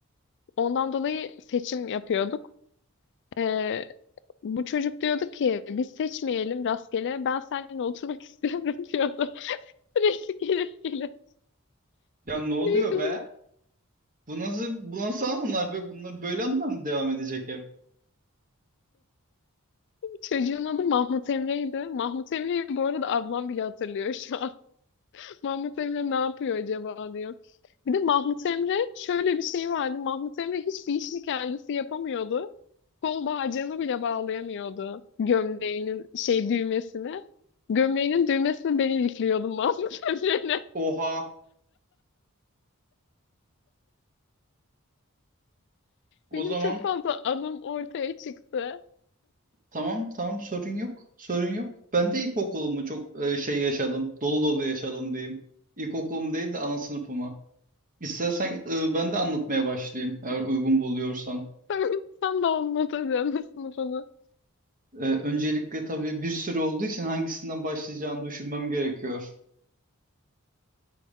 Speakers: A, on the left; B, on the right.
A: Ondan dolayı seçim yapıyorduk. Ee, bu çocuk diyordu ki biz seçmeyelim rastgele ben seninle oturmak <laughs> istiyorum diyordu. Sürekli gelip gelip.
B: Ya ne oluyor
A: Neydi
B: be?
A: bu?
B: Bu nasıl, bu nasıl anılar be? Bunlar böyle anılar mı devam edecek hep?
A: Çocuğun adı Mahmut Emre'ydi. Mahmut Emre'yi bu arada ablam bile hatırlıyor şu an. Mahmut Emre ne yapıyor acaba diyor. Bir de Mahmut Emre şöyle bir şey vardı. Mahmut Emre hiçbir işini kendisi yapamıyordu. Kol bağcığını bile bağlayamıyordu gömleğinin şey düğmesine. Gömleğinin düğmesini ben ilikliyordum Mahmut <laughs> Emre'yle.
B: Oha. O
A: Benim
B: zaman
A: çok fazla adım ortaya çıktı.
B: tamam tamam sorun yok. Sorun yok. Ben de ilkokulumu çok e, şey yaşadım. Dolu dolu yaşadım diyeyim. İlkokulum değil de ana sınıfıma. İstersen e, ben de anlatmaya başlayayım eğer uygun buluyorsan.
A: <laughs> Sen, sen de anlatacaksın <laughs> sınıfını.
B: E, öncelikle tabii bir sürü olduğu için hangisinden başlayacağımı düşünmem gerekiyor.